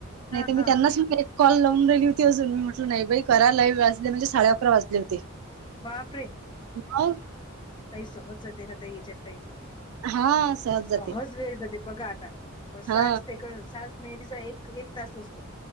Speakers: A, on the right; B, on the left.
A: नाहीतर
B: हा
A: मी
B: हा
A: त्यांनाच एक कॉल लावून राहिली होती अजून मी म्हट नाही बाई करा लाई वाजले म्हणजे साडे अकरा वाजले होते.
B: बापरे.
A: <unintelligible>
B: आता ही सहज जाते ना ताई याच्यात टाईम?
A: हा जाते
B: सहज वेळ जाते बघा आता. मग साठ
A: हा
B: सेकंड, सात मिनिटचा एक एक तास असतो.